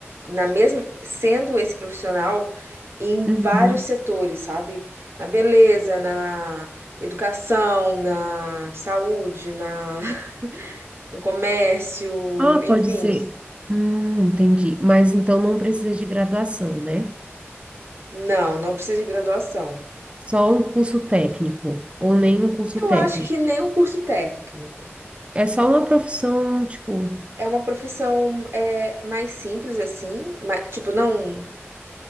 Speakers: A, on the right; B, on the right.
A: na mesma, sendo esse profissional em vários
B: Uhum.
A: setores, sabe? Na beleza, na educação, na saúde, na, <laughs> no comércio,
B: Ah,
A: enfim.
B: pode ser. Hum, entendi. Mas então não precisa de graduação, né?
A: Não, não precisa de graduação.
B: Só um curso técnico, ou nem um curso
A: Eu
B: técnico.
A: acho que nem um curso técnico.
B: É só uma profissão, tipo.
A: É uma profissão é, mais simples assim, ma- tipo, não